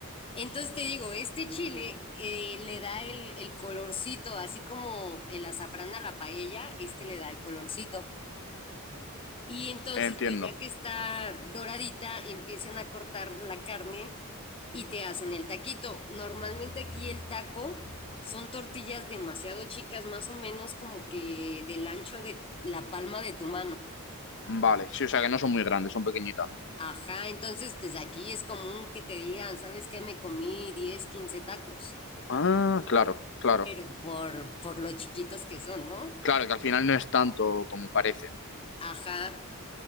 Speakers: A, on the left; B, on the left.
A: Entonces te digo, este chile eh, le da el, el colorcito, así como el azafrán a la paella, este le da el colorcito. Y entonces,
B: entiendo.
A: pues ya que está doradita, empiezan a cortar la carne y te hacen el taquito. Normalmente aquí el taco son tortillas demasiado chicas, más o menos como que del ancho de la palma de tu mano.
B: Vale, sí, o sea que no son muy grandes, son pequeñitas, ¿no?
A: Ajá, entonces pues aquí es común que te digan, ¿sabes qué? Me comí 10 15 tacos,
B: Ah, claro, claro.
A: pero por, por lo chiquitos que son, ¿no?
B: Claro, que al final no es tanto como parece, ¿no?
A: Ajá.